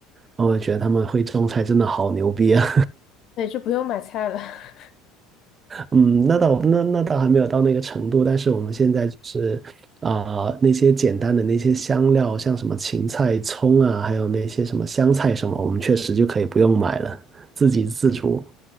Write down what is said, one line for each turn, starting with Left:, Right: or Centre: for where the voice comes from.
Right: 然后我觉得他们会种菜真的好牛逼啊！
Left: 对，就不用买菜了。<laughs>
Right: 嗯，那倒那那倒还没有到那个程度，但是我们现在就是啊、那些简单的那些香料，像什么芹菜、葱啊，还有那些什么香菜什么，我们确实就可以不用买了，自给自足。